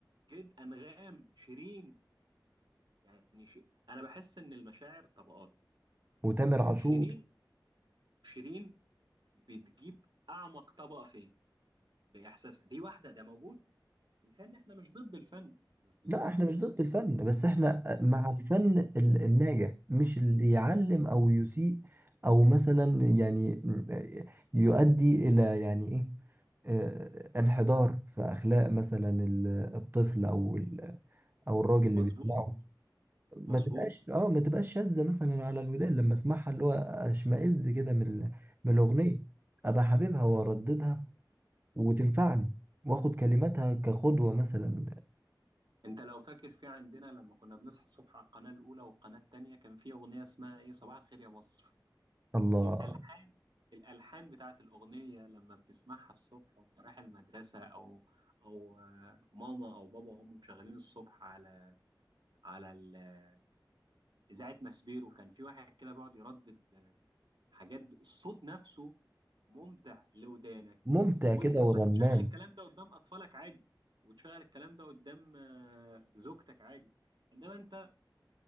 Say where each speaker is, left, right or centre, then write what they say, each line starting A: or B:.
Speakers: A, on the right; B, on the right.
A: جدا انغام شيرين يعني ش... انا بحس ان المشاعر طبقات
B: وتامر عاشور
A: شيرين شيرين بتجيب اعمق طبقه فيا باحساسها دي واحده ده موجود الفن احنا مش ضد الفن مش ضد
B: لا
A: ال-
B: احنا مش
A: الغنى
B: ضد الفن بس احنا مع
A: يعني
B: الفن ال- الناجح مش اللي يعلم او يسيء او مثلا يعني يؤدي الى يعني ايه آه، انحدار في اخلاق مثلا ال- الطفل او ال- او الراجل اللي
A: مظبوط
B: بيسمعه ما
A: مظبوط
B: تبقاش اه ما تبقاش شاذة مثلا على الودان لما اسمعها اللي هو اشمئز كده من ال- من الاغنية ابقى حبيبها وارددها وتنفعني واخد كلماتها كقدوة مثلا
A: انت لو فاكر في عندنا لما كنا بنصحى الصبح على القناه الاولى والقناه الثانيه كان في اغنيه اسمها ايه صباح الخير يا مصر
B: الله
A: الألحان الألحان بتاعت الأغنية لما بتسمعها الصبح وأنت رايح المدرسة أو أو آه، ماما أو بابا هم مشغلين الصبح على على ال- آه، إذاعة ماسبيرو كان في واحد كده بيقعد يردد آه، حاجات الصوت نفسه ممتع لودانك
B: ممتع
A: ولطفلك
B: كده ورنان
A: تشغل الكلام ده قدام أطفالك عادي وتشغل الكلام ده قدام آه، زوجتك عادي إنما أنت